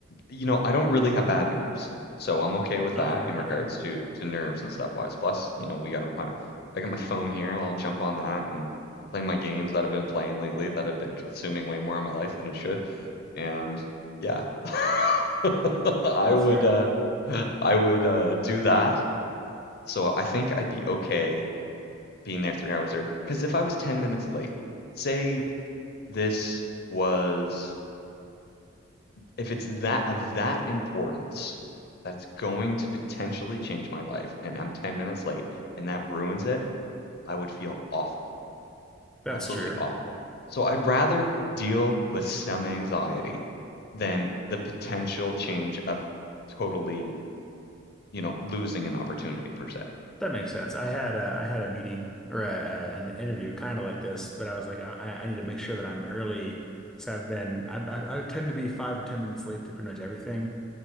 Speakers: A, on the left; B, in the centre.
A: you know, I don't really have bad nerves, so I'm okay with
B: Okay,
A: that in regards
B: okay.
A: to to nerves and stuff wise. Plus, you know, we got my I got my phone here. I'll jump on that and play my games that I've been playing lately that have been consuming way more of my life than it should. And yeah, <laughs> I
B: That's
A: would
B: fair.
A: uh I would uh do that. So I think I'd be okay being there three hours early. Because if I was 10 minutes late, say this was if it's that of that importance that it's going to potentially change my life and I'm 10 minutes late and that ruins it, I would feel awful.
B: That's
A: Absolutely
B: true.
A: awful. So I'd rather deal with some anxiety than the potential change of totally, you know, losing an opportunity per se.
B: That makes sense. I had a I had a meeting or a, a, an interview kind of like this, but I was like, I, I need to make sure that I'm early. So I've been I, I, I tend to be five or ten minutes late to pretty much everything,